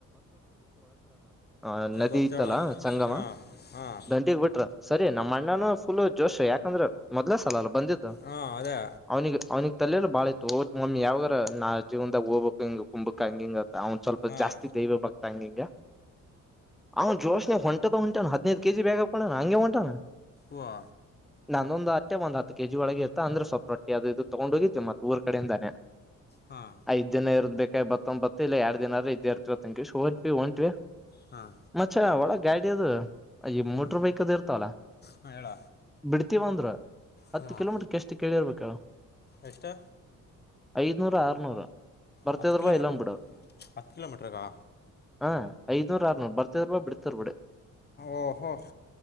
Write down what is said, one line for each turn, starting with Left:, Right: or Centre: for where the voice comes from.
Centre: ಆ ನದಿ
Left: ಗೊತ್ತೇಳ
Centre: ಇದ್ದಲಾ ಸಂಗಮ
Left: ಹಾಂ ಹಾಂ
Centre: ದಂಟಿಗ್ ಬಿಟ್ರ ಸರಿಯನ ನಮ್ಮ ಅಣ್ಣಾನ ಫುಲ್ ಜೋಶ್ ಯಾಕಂದ್ರೆ ಮೊದ್ಲ ಸಲ ಅ ಬಂದತ
Left: ಹಾಂ ಅದೇ
Centre: ಅವ್ನಿಗೆ ಅವ್ನಿಿಗೆ ತಲೆಲ್ಲ ಬಾಳ ಹೋ ಮಮ್ಮಿ ಯಾವ್ರ ನಾ ಜೀವನ್ದಾಗ ಹೋಗ್ಬೇಕಕ್ ಹಿಂಗ ಕು್ಬೇಕ ಹಂಗ ಹಿಂಗ ಅವ್ನ್ ಸ್ವಲ್ಪ
Left: ಹಾಂ
Centre: ಜಾಸ್ತಿ ದೈವ ಬಕ್ತಾಂಗಿಂಗ ಅವ ಜೋಶ ನೀ ಹೊಂಟದ ಹೊಂಟ ಹದಿನೈದು ಕೆ ಜಿ ಬ್ಯಾಾಗಪ್್ೋಣ ಹಂಗೆ ಹೊಂಟಾನಣ
Left: ವಾ
Centre: ನಂದೊಂದು್ ಅಟ್ಟೆ ಒಂದ ಹತ್ತು ಕೆಜಿ ಒಳಗೆ ಇತ್ತ ಅಂದ್ರೆ ಸ್ೊಲ್ಪೊಟ್ಟಿ ಅದು ತಗೊಂಡ್ ಹೋಗಿದ್ೆ ಮತ್ತತ್ ಊರ್ ಕಡೆಯಿಂದಾನೆ
Left: ಹಾಂ
Centre: ಐದ್ ಜನ ಇರದಬೇಕು ಬತ್ತೊಂಬತ್ತ ಇ ಎರ ದಿನರ ಇದ್ದ ಇರ್ತಿವಂಗಿಂವಿ ಒಂಟಟ್ವಿ
Left: ಹಾಂ
Centre: ಮ ಒಳ ಗಾಡಿಟ ಅದುು ಈ ಮೋಟ್ರ
Left: ಹಾಂ
Centre: ಬೈಕ್ದ ಇರ್ತಲ್ಲ
Left: ಹಾಂ ಹೇಳ
Centre: ಬಿಡ್ತಿೀವಂದ್ರ ಹತ್ತು
Left: ಹಾಂ
Centre: ಕಿಲೋಮೀಟರ್ ಎಷ್ಟು ಕೇಳಿರ್ಬೇಕಳ
Left: ಎಷ್ಟು
Centre: ಐದನೂರ ಆರ್ನೂರು ಬರ್ತದ್ರ
Left: ಹತ್ತು ಕಿಲೋಮೀಟ್ರ್
Centre: ಬ ಎಲ್ಲಂದ್ ಬಿಡ
Left: ಹತ್ತು ಕಿಲೋಮೀಟ್ರಗಾ
Centre: ಹಾ ಐದನೂರ್ ಆರುನೂರ್ ಬರ್ತ್ ಬ ಬಿಡ್ತ್ ಬಿಡಿ
Left: ಓಹೋ